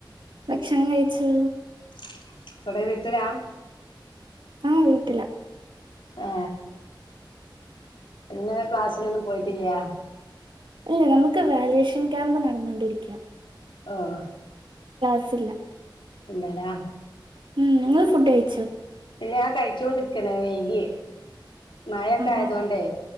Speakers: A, on the right; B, on the left.
A: ഭക്ഷണം കഴിച്ചു.
B: <unintelligible>
A: ആ വീട്ടില.
B: ആ പിന്നെ ക്ലാസ്സിനൊന്നും പോയിട്ടിലെ
A: അല്ല നമുക്ക് വാലുവേഷൻ ക്യാമ്പ് നടന്നോണ്ടിരിക്ക
B: ഹ
A: സ്‌ല
B: പിന്നാലാ അ
A: ഉം നിങ്ങള് ഫുഡ് കഴിച്ചോ
B: എല്ലാ ആ കഴിച്ചൊണ്ട്ക്കണ വൈകി മഴൊക്കെ ആയതൊണ്ടേ
A: ആ